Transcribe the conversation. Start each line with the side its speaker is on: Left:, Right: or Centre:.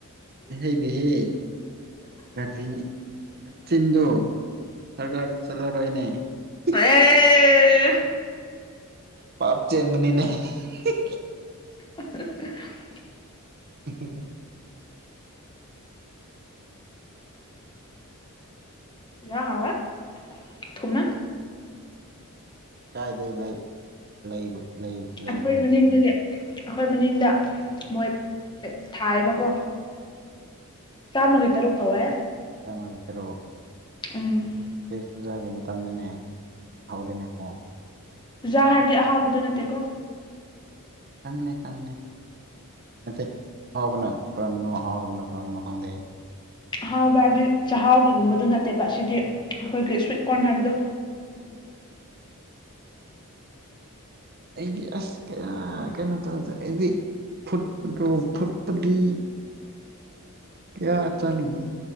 Right: ꯍꯥꯏꯍꯩꯗꯦꯍꯦ ꯀꯔꯤ ꯅꯆꯤꯟꯗꯣ ꯁꯔꯀꯥꯔ ꯆꯠꯂꯔꯣꯏꯅꯦ ꯏꯍꯤ
Left: ꯑꯦ
Right: ꯍꯤ ꯍꯤ ꯄꯥꯞ ꯆꯦꯟꯕꯅꯤꯅꯦ ꯍꯦ ꯍ ꯍꯤ
Left: <unintelligible>
Right: ꯎꯝ ꯍꯨꯝ ꯍꯨꯝ
Left: ꯆꯨꯖꯥꯛ ꯍꯥꯎꯋꯦ ꯊꯨꯝꯃꯦ
Right: ꯀꯥꯏꯗꯩ ꯂꯩ ꯂꯩꯕ ꯂꯩꯕ ꯂꯩꯕꯅꯣ
Left: ꯑꯩꯈꯣꯏ ꯃꯅꯤꯡꯗꯒꯤ ꯑꯩꯈꯣꯏ ꯃꯅꯤꯡꯗ ꯃꯣꯏ ꯊꯥꯏꯕ ꯀꯣ
Right: ꯎꯝ
Left: ꯆꯥꯝꯃꯒꯤ ꯇꯔꯨꯛ ꯇꯧꯋꯦ
Right: ꯆꯥꯝꯃꯒꯤ ꯇꯔꯨꯛ
Left: ꯎꯝ
Right: ꯑꯗꯨ <unintelligible> ꯄꯤ ꯆꯨꯖꯥꯒꯤ ꯃꯇꯝꯅꯤꯅꯦ ꯍꯥꯎꯔꯦꯅꯦꯀꯣ
Left: ꯆꯨꯖꯥꯛ ꯍꯥꯏꯕꯗꯤ ꯑꯍꯥꯎꯕꯗꯨ ꯅꯠꯇꯦꯀꯣ
Right: ꯈꯪꯉꯤꯅꯦ ꯈꯪꯉꯤꯅꯦ ꯅꯠꯇꯦ ꯍꯥꯎꯕꯅ ꯀꯔꯝꯕꯅꯣ ꯍꯥꯎꯗꯕꯅ ꯀꯔꯝꯕꯅꯣ ꯈꯪꯗꯦ ꯑꯩ
Left: ꯑꯍꯥꯎꯕ ꯍꯥꯏꯕꯗꯤ ꯆꯥꯛꯍꯥꯎꯒꯤꯒꯨꯝꯕꯗꯨ ꯅꯠꯇꯦꯕ ꯁꯤꯗꯤ ꯑꯩꯈꯣꯏꯒꯤ ꯁ꯭ꯋꯤꯠ ꯀꯣꯔꯟ ꯍꯥꯏꯕꯗꯣ
Right: ꯎꯝ ꯑꯩꯗꯤ ꯑꯁ ꯀꯌꯥ ꯀꯩꯅꯣ ꯇꯧꯗꯦ ꯑꯩꯗꯤ ꯐꯨꯠꯄꯗꯣ ꯐꯨꯠ ꯄꯗꯤ ꯀꯌꯥ ꯆꯥꯅꯤꯡꯉ